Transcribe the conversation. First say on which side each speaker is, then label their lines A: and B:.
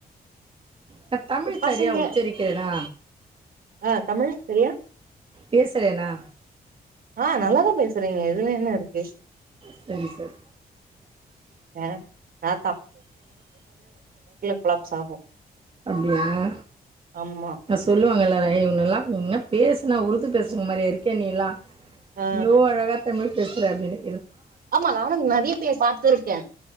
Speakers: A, on the right; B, on the right.
A: நா தமிழ்
B: பசங்க
A: சரியா உச்சரிக்கிறேனா
B: ஆ தமிழ் சரியா
A: பேசுறேனா
B: ஆ நல்லாதா பேசுறீங்க இதுல என்ன இருக்கு
A: செரி செரி
B: ஆ நா கொளாப்ஸ் ஆகு
A: அப்டியா ஏ
B: ஆமா
A: ஆ சொல்லுவாங்கல்ல ஏ இவனுவெல்லா இவனுவெல்லா பேசுனா உருது பேசுற மாரியா இருக்கே நீயெல்லா
B: ஆ
A: வ்ளோ அழகா தமிழ் பேசுரா அப்டினி
B: ஆமா நானு நெறைய பேர் பாத்து இருக்கே